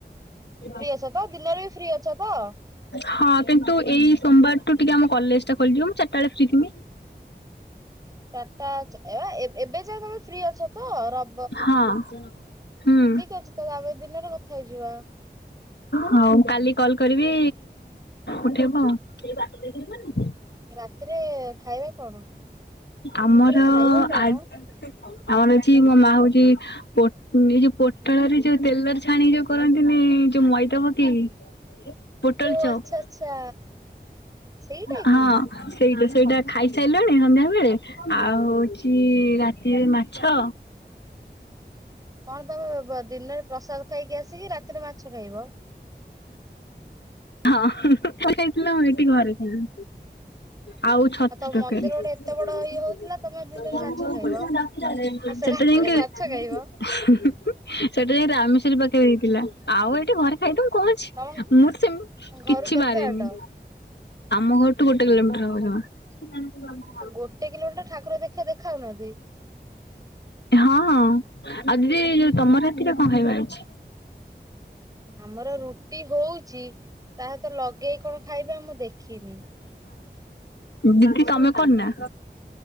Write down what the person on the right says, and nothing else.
ଫ୍ରି ଅଛ ତ ଦିନରେ ବି ଫ୍ରି ଅଛ ତ?
ଚାରିଟା ଏ ଏବେ ଯାଏ ତମେ ଫ୍ରି ଅଛ ତ? ର
ଅଛି ତାହେଲେ ଆମେ ଦିନରେ କଥା ହେଇଯିବା
ରାତିରେ ଖାଇବା କଣ?
ରାତିରେ ଖାଇବା କଣ?
ଓ
ଆଚ୍ଛା ଆଚ୍ଛା ସେଇଟା
କି?
କଣ ତମେ ଦିନରେ ପ୍ରସାଦ ଖାଇକି ଆସିକି ରାତିରେ ମାଛ ଖାଇବ?
ତମ
ମନ୍ଦିର
ଗୋଟେ ଏତେ ବଡ ଇଏ ହଉଥିଲା ତମେ ଦିନରେ ମାଛ ଖାଇବ ନା ସେ
ରାତିରେ ମାଛ ଖାଇବ?
ତମ
ଘରୁ
କେତେ
ବାଟ?
ଆଉ ଗୋଟେ କିଲୋମିଟର ଠାକୁର ଦେଖେ। ଦେଖାହଉନାହାନ୍ତି?
ଆମର ରୁଟି ହଉଛି। ତାହା ତ ଲଗେଇ କଣ ଖାଇବା ମୁଁ ଦେଖିନି
ଶୁଇଥିଲି।